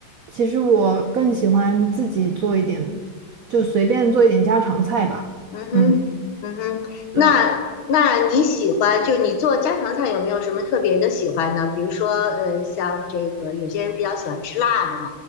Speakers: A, on the right; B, on the left.
A: 其实我更喜欢自己做一点，就随便做一点家常菜吧。
B: 嗯哼，
A: 嗯，
B: 嗯哼，
A: 对，
B: 那那你喜欢就你做家常菜有没有什么特别的喜欢呢？比如说，呃，像这个有些人比较喜欢吃辣的嘛，